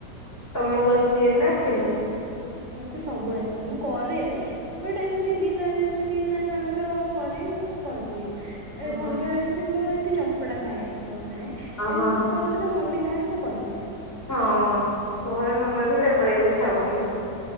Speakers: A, on the left; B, on the right.
A: ତମକୁ ଆସିଛି ନା ଆସିନି?
B: ମତେ ସବୁ ଆସେ ମୁଁ କରେ ବଟ ଏମତି ଦିନରେ ଏମତି ମାନେ ମାମା ତ କରେ କରିଦିଏ।
A: ହଁ
B: ଏ ସନ୍ଧ୍ୟାବେଳେ
A: ହଁ
B: ଏମତି ମୁଁ ଏମିତି ଚଟପଟା ଖାଇବା କିଛି ବନାଏ ଏମିତି
A: ହଁ ହଁ
B: ଭାତ ଫାତ ସେ ତ ମମି ଥାଏ ତ କରିଦିଏ।
A: ହଁ ଘରେ
B: ହୁଁ
A: ମାମା ଥିଲେ କରିବାକୁ ଇଚ୍ଛା ହବନି।